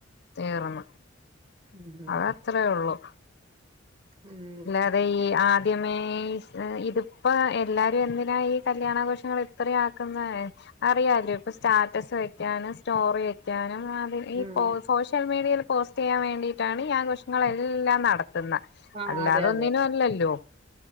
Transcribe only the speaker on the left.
തീർന്നു
അതത്രേ ഉള്ളു.
അത ഈ ആദ്യമേ ഇതിപ്പോ എല്ലാരും എന്തിനാ ഈ കല്യാണാഘോഷങ്ങൾ ഇത്രയും ആക്കുന്ന അറിയാലോ ഇപ്പ സ്റ്റാറ്റ വെക്കാനും സ്റ്റോറി വെക്കാനും വ ഈ
പോ സോഷ്യൽ മീഡിയയിൽ പോസ്റ്റ് ചെയ്യാൻ വേണ്ടിയിട്ടാണ് ഈ ആഘോഷങ്ങളൾ എല്ലാം നടത്തുന്നേ
അല്ലാതെ
ഒന്നിനും
അല്ലല്ലോ